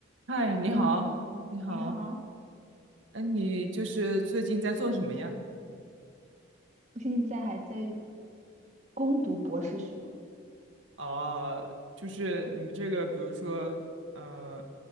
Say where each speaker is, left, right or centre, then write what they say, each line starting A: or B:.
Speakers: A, on the right (about 70°); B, on the right (about 35°).
A: 嗨，你好，
B: Hello，你好，
A: 你好，
B: 你好，
A: 哎，你就是最近在做什么呀？
B: 我现在还在攻读博士学位，
A: 哦，就是你们这个，比如说，嗯，